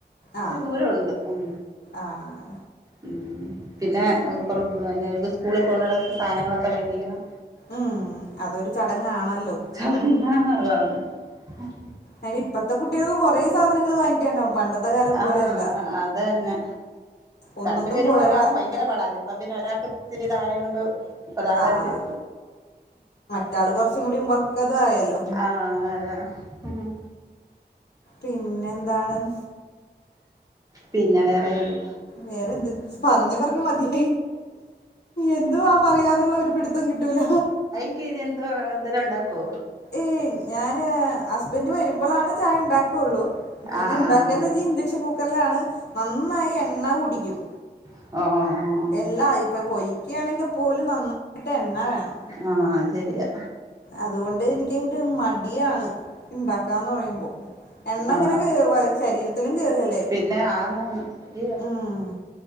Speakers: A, on the right; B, on the left.
A: ഇച്ചിരി
B: ആഹ്
A: ദൂര ഉണ്ട് ഉം
B: ആഹ്
A: ഉം പിന്നെ കൊറെ പ് സ്കൂളി കൊണ്ടോണ സാധനങ്ങളൊക്ക വേടിക്കണം
B: ഉം അതൊരു ചടങ്ങാണല്ലോ
A: മ്മ് ഹ് <unintelligible>
B: അയിന് ഇപ്പത്തെ കുട്ടീൾക്ക് കൊറേ സാധനങ്ങള് വാങ്ങിക്കണ്ടാവും പണ്ടത്തെ കാലം പോലെയല്ല
A: ആഹ് അതന്നെ
B: ഒന്നൊന്നും
A: രണ്ട് പേരൂടെ
B: പോരാ
A: അങ്ങാവുമ്പ ഭയങ്കര പാട അപ്പ പിന്നെ ഒരാക്ക് ഇത്തിരി ഇതായോണ്ട് ഒരാളെ
B: ആഹ്
A: ഒര്
B: മറ്റാള് കൊറച്ചും കൂടി പക്ക്യത ആയല്ലൊ
A: ആഹ് അത ഉം
B: പിന്നെന്താണ്
A: പിന്നെ വേറെ എന്തൊ
B: വേറെന്ത് പറഞ് പറഞ് മതി എന്തുവ പറയാന്നുള്ള ഒരുപിടിത്തം കിട്ടൂല
A: ക്കിനി എന്തൊ എന്തെലും ഉണ്ടാക്കൊ
B: ഏയ് ഞാന് ഹസ്ബന്റ് വരുമ്പളാണ് ചായ ഉണ്ടാക്കൊള്ളു പിന്നെ
A: ആഹ്
B: ഇണ്ടാക്കന്ന്
A: ആഹ് ആഹ്
B: വെച്ച ഇൻഡക്ഷൻ കുക്കറ്ലാണ് നന്നായി എണ്ണ ഉടിക്കും
A: ആഹ്
B: എല്ലാ ഇപ്പൊ പൊരിക്ക്യാണെങ്കിപ്പോലും നന്നായിട്ട് എണ്ണ വേണം
A: ആഹ് അത് ശെരിയാ
B: അതുകൊണ്ട് എനിക്ക് അങ്ങട്ട് മടിയാണ് ഇണ്ടാക്കാന്ന് പറയുമ്പോ എണ്ണ
A: ആ
B: ങ്ങനെ കേ വ ശരീരത്തിലും കേറല്ലേ
A: പിന്നെ ആണ് അന സ <unintelligible>
B: ഉം